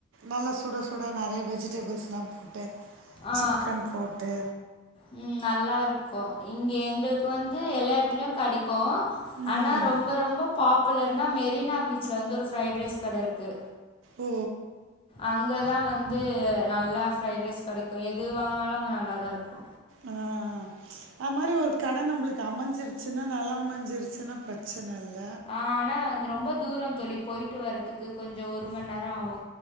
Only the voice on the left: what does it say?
ஆ
ம் நல்லா இருக்கு இங்க எங்களுக்கு வந்து எல்லா எடத்துலயு கெடைக்கு
ஆனா ரொம்ப ரொம்ப பாப்புலர்னா மெரினா பீச்ல வந்து ஒரு ஃப்ரைைட் ரைஸ் கட இருக்கு
அங் அங்கதா வந்து நல்லா ஃப்ரைட் ரைஸ் கெடைக்கு எது வாங்கினாலு அங்க நல்லா தா இருக்கு
ஆனா அந்த ரொம்ப தூரோ தோழி போயிட்டு வர்றதுக்கு கொஞ்சோ ஒரு மண்நேரோ ஆகு